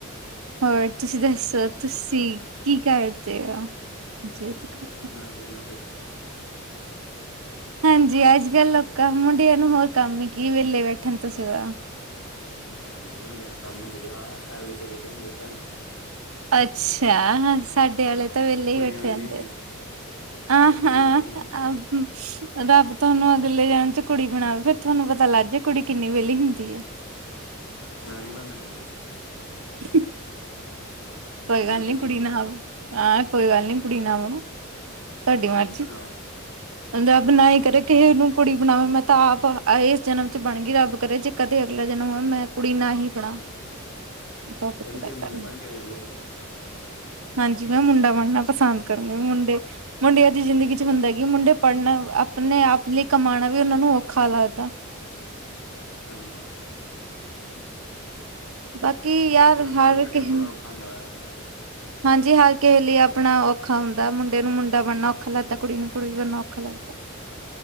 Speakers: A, on the right; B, on the left.
A: ਹੋਰ ਤੁਸੀਂ ਦੱਸੋ ਤੁਸੀਂ
B: ਹੋਰ
A: ਕੀ ਕਰਦੇਓ? <unintelligible>
B: ਮੈਂ ਵੇਹਲਾ ਬੈਠਾ।
A: ਹਾਂਜੀ, ਅੱਜ-ਕੱਲ ਲੋਕਾਂ ਮੁੰਡਿਆਂ ਨੂੰ ਹੋਰ ਕੰਮ ਹੀ ਕੀ ਵੇਲੇ ਬੈਠਣ ਤੋਂ ਸਿਵਾ।
B: ਹਮ, ਮੁੰਡਿਆਂ ਨੂੰ ਕੰਮ ਹੁੰਦੇ ਆ, ਐ ਵਾਲੇ ਤੇ ਵੇਹਲੇ ਹੀ ਹੁੰਦੇ ਸਾਰੇ।
A: ਅੱਛਾ, ਸਾਡੇ ਆਲੇ ਤਾਂ ਵੇਹਲੇ
B: ਕੁੜੀਆਂ
A: ਹੀ ਬੈਠੇ
B: ਵਿਹਲੀਆਂ
A: ਰਹਿੰਦੇ
B: ਹੁੰਦੀਆਂ
A: ਆ।
B: ਸਗੋਂ
A: ਆਂ
B: ਕੁੜੀਆਂ
A: ਹਾਂ,
B: ਵਿਹਲੀਆਂ ਹੁੰਦੀਆਂ
A: ਆ ਰੱਬ ਤੁਹਾਨੂੰ ਅਗਲੇ ਜਨਮ 'ਚ ਕੁੜੀ ਬਣਾਵੇ, ਫੇਰ ਥੋਨੂੰ ਪਤਾ ਲੱਗ ਜੇ। ਕੁੜੀ ਕਿੰਨੀ ਵੇਲੀ ਹੁੰਦੀਏ।
B: ਮੈ ਨੀ ਬਣਨਾ ਕੁੜੀ-ਕਾੜੀ।
A: <inaudible> ਕੋਈ
B: ਮੁੰਡੇ
A: ਗੱਲ ਨੀ ਕੁੜੀ
B: ਠੀਕ ਆ
A: ਨਾ, ਆਂ ਕੋਈ ਗੱਲ ਨੀ ਕੁੜੀ ਨਾ ਬਣੋ ਤੁਆਡੀ ਮਰਜ਼
B: ਹਾਂ
A: ਰੱਬ
B: ਹਾਂਜੀ
A: ਨਾਈਂ ਕਰੇ। ਕਿਹੇ ਨੂੰ ਪੁੜੀ ਬਣਾਵੇ, ਮੈਂ ਤਾਂ ਆਪ ਇਸ ਜਨਮ ਚ ਬਣ ਗਈ। ਰੱਬ ਕਰੇ ਜੇ ਕਦੇ ਅਗਲਾ ਜਨਮ ਹੋਵੇ ਮੈਂ ਕੁੜੀ ਨਾ ਹੀ ਬਣਾ। ਟੋਪਿਕ
B: ਕੋਈ ਨਾ
A: ਕਰਦਾ
B: ਤੁਹੀਂ ਮੂੰਡੇ ਬਣ ਕੇ ਵੇਖ ਲੇਓ।
A: ਹਾਂਜੀ, ਮੈਂ ਮੁੰਡਾ ਬਣਨਾ ਪਸੰਦ ਕਰੂੰਗੀ, ਮੁੰਡੇ ਮੁੰਡਿਆਂ ਦੀ ਜ਼ਿੰਦਗੀ 'ਚ ਹੁੰਦਾ, ਕਿ ਮੁੰਡੇ ਪੜ੍ਹਨ ਆਪਣੇ ਆਪ ਲਈ ਕਮਾਣਾ ਵੀ ਓਨਾਂ ਨੂੰ ਔਖਾ ਲੱਗਦਾ।
B: ਹਾਂਜੀ।
A: ਬਾਕੀ ਯਾਰ
B: ਪੜ੍ਹ
A: ਹਰ
B: ਪੜ੍ਹਨ ਲੱਗਿਆ
A: ਕਿਸੇ
B: ਥੜ੍ਹਾ ਔਖਾ ਹੋਂਦਾ ਯਾਂ।
A: ਹਾਂਜੀ, ਹਰ ਕਿਹੇ ਲਈ ਆਪਣਾ ਔਖਾ ਹੁੰਦਾ, ਮੁੰਡੇ ਨੂੰ ਮੁੰਡਾ ਬਣਨਾ ਔਖਾ ਲੱਗਦਾ, ਕੁੜੀ ਨੂੰ ਕੁੜੀ ਬਣਨਾ ਔਖਾ ਲੱਗਦਾ। <inaudible>